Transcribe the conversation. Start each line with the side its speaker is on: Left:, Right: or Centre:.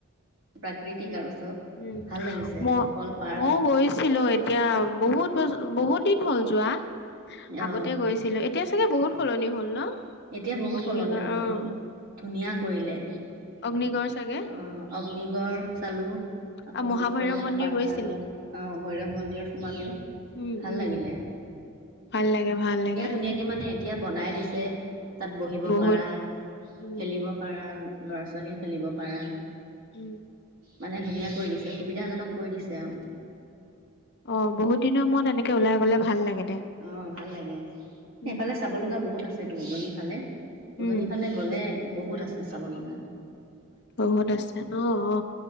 Right: প্ৰাকৃতিক
Left: উম
Right: আৰু চব
Left: উম
Right: ভাল লাগিছে
Left: মই
Right: কল পাৰ্ক
Left: মই বছ ছিলো এতিয়া বহুত বছ বহুত দিন হ'ল যোৱা
Right: অ
Left: আগতে গৈছিলো এ এতিয়া চাগে বহুত সলনি হ'ল ন?
Right: এতিয়া বহুত
Left: অগ্নিগড়
Right: সলনি হল
Left: অ',
Right: বহুত ধুনীয়া কৰিলে।
Left: অগ্নিগড় চাগে?
Right: অ অগ্নিগ চালো আকৌ
Left: আৰু মহাভৈৰৱ
Right: চিত্ৰলেখা
Left: মন্দিৰ
Right: পাৰ্ক
Left: গৈছিলে।
Right: চালো আহ ভৈৰৱ মন্দিৰত সোমালো
Left: উম,
Right: ভাল
Left: উম,
Right: লাগিলে
Left: ভাল লাগে, ভাল
Right: ধুনীয়া
Left: লাগে
Right: ধুনীয়াকে মানে এতিয়া বনাই দিছে তাত বহিব
Left: বহুত
Right: পাৰা
Left: উম,
Right: খেলিব পাৰা খেলিব পাৰা। ল'ৰা ছোৱালীয়ে খেলিব পাৰা
Left: ইম!
Right: মানে ধুনীয়া কৰি দিছে সুবিধাজনক কৰি দিছে আৰু!
Left: অ বহুত দিনৰ মূৰত এনেকে ওলাই গলে ভাল লাগে। দে।
Right: অ ভাল লাগে
Left: উম,
Right: এইফালে চাব লগা বহুত আছেতো উজনি ফালে উজনিৰ
Left: উম,
Right: ফালে গ'লে বহুত আছে চাবলগা।
Left: বহুত আছে অ অ